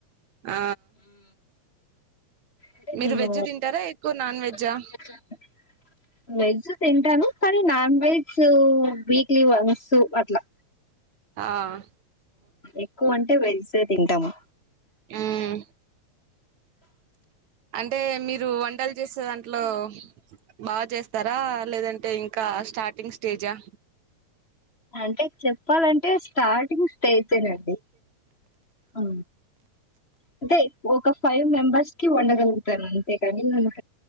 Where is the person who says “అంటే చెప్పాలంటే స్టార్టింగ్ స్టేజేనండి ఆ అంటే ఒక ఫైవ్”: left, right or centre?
Left